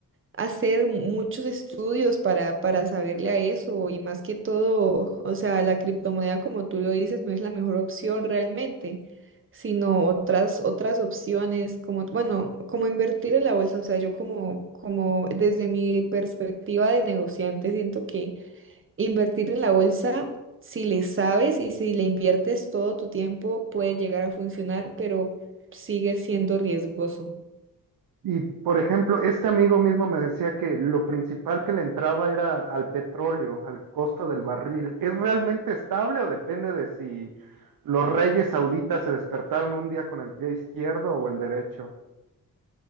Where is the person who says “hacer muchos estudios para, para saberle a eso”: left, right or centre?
Right